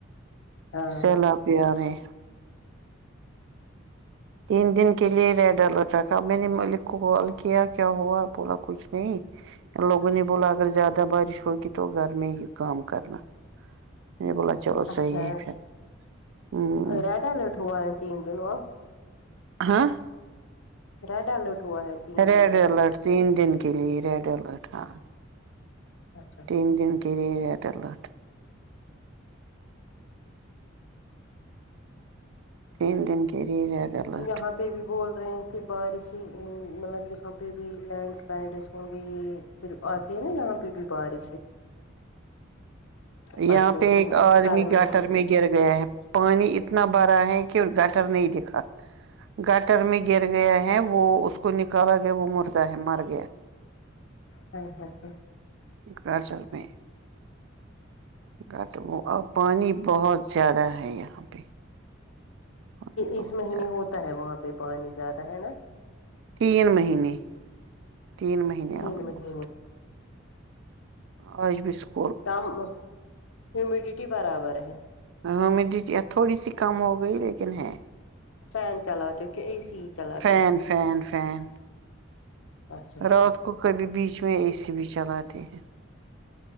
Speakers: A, on the left; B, on the right.
A: ہاں
B: سیلاپ بھی ارے تین دن کے لیے ریڈ الت رکھا میں نے مک کال کیا کیا ہوا بولا کچھ نہیں لوگوں نے بولا اگر زیادہ بارش ہوگی تو گھر میں ہی کام کرنا میں نے بولا چلو
A: اچھا
B: صحیح ہے پھر ہ
A: ریڈ الرٹ ہوا ہے تین دن اور
B: ہاں
A: ریڈ الرٹ ہوا ہے تین
B: ریڈ
A: دنوں تک
B: الرٹ تین دن کے لیے ریڈ الرٹ ہاں
A: اچھا اچھا
B: تین
A: ٹھیک
B: دن کے لیے ریڈ الرٹ تین دن کے لیے ریڈ الرٹ
A: یہاں پہ بھی بول رہے ہیں کہ بارشی مطلب یہاں پہ بھی لینڈ سلائڈس ہوں گی یہ پھر آتی ہے نا یہاں پہ بھی باریشیں ہے پرسوں
B: یہاں پہ ایک آدمی
A: کل
B: گٹر
A: نے
B: میں گر گیا ہے پانی اتنا بھرا ہے کہ گٹر نہیں دکھا گٹر میں گر گیا ہے وہ اس کو نکالا گیا وہ مردہ ہے مر گیا
A: ہوں ہوں ہوں
B: گھر چل تھے گٹر وہ اور پانی بہت زیادہ ہے یہاں پہ پانی
A: اس
B: بہت
A: مہینے
B: زیادہ
A: ہوتا ہے وہاں پہ پانی زیادہ ہے نا
B: تین مہینے تین مہینے
A: تین
B: الموسٹ
A: مہینے
B: اور بسک
A: دام ہومیڈیٹی برابر ہے
B: ہویمیڈیٹی تھوڑی سی کم ہو گئی لیکن ہے
A: فین چلا کے کہ اے سی چلاتے
B: فین
A: ہو
B: فین فین
A: اچھا ٹھیک
B: رات کو کبھی بیچ میں اے سی بھی چلاتے ہیں